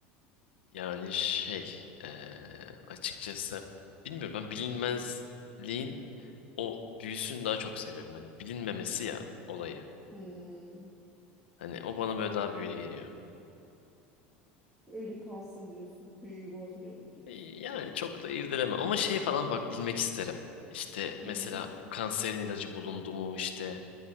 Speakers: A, on the left; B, in the centre.
A: Yani şey eee, açıkçası bilmiyorum ben bilinmezliğin o büyüsünü daha çok seviyorum. Hani bilinmemesi ya olayı.
B: Hmm,
A: Hani o bana böyle daha büyülü geliyor.
B: öyle kalsın diyorsun. Büyüyü bozmayalım diyorsun.
A: E, Yani çok da irdeleme ama şey falan bak bilmek isterim. İşte
B: Neyi?
A: mesela kanserin ilacı bulundu mu işte